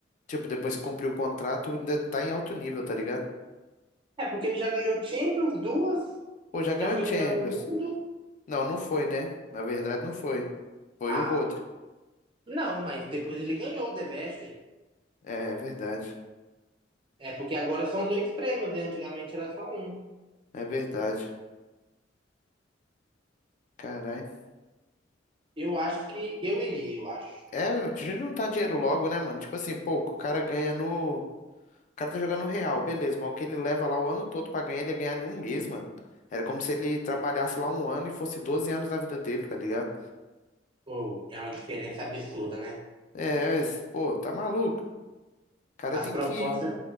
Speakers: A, on the left; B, on the right.
A: tipo, depois que cumprir o contrato, ainda tá em alto nível, tá ligado?
B: É, porque ele já ganhou Champions, duas,
A: Pô, já ganhou
B: já foi
A: Champions.
B: melhor do mundo.
A: Não, não foi, né? Na verdade, não foi. Foi
B: Ah,
A: o Rodri.
B: Não, mas depois ele ganhou o The Best. velho.
A: É, é verdade.
B: É porque agora são dois prêmios, né? Antigamente era só um.
A: É verdade. Caralho.
B: Eu acho que eu iria, eu acho.
A: É, a gente juntar dinheiro logo, né, mano? Tipo assim, pô, o cara ganha no. O cara tá jogando no Real, beleza, mas o que ele leva lá o ano todo pra ganhar, ele ia ganhar em um mês, mano. Era como se ele trabalhasse lá um ano e fosse 12 anos da vida dele, tá ligado?
B: Ou é uma diferença absurda, né?
A: É, esse- pô, tá maluco. O cara tem
B: As propostas,
A: que ir.